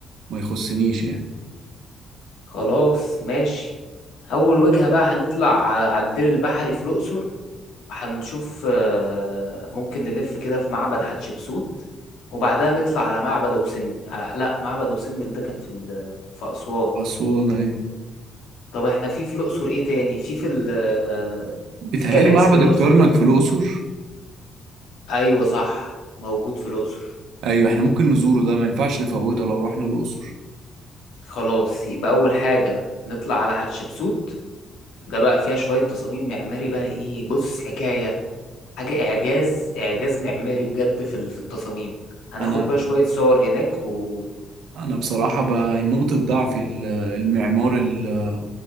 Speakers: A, on the right (about 80°); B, on the left (about 85°).
A: ما يخصنيش يعني
B: خلاص ماشي أول وجهة بقى هنطلع ع- على الدير البحري في الأقصر هنشوف آه، ممكن نلف كده في معبد حتشبسوت وبعدها نطلع على معبد أبو سمبل آه لا معبد أبو سمبل ده كان في ال- في أسوان
A: أسوان أيوة
B: طب احنا في في الأقصر ايه تاني في في ال آه،
A: بيتهيألي
B: في كنايس
A: معبد
B: في الأقصر
A: الكرنك
B: صح
A: في الأقصر
B: أيوة صح موجود في الأقصر
A: أيوة إحنا ممكن نزوره ده ما ينفعش نفوته لو رحنا الأقصر
B: خلاص يبقى أول حاجة نطلع على حتشبسوت ده بقى فيها شوية تصاميم معماري بقى ايه بص حكاية حاجة إعجاز إعجاز معماري بجد في ال- في التصاميم هناخد
A: أنا
B: بقى شوية صور هناك و...
A: أنا بصراحة بقى نقطة ضعف المعمار ال-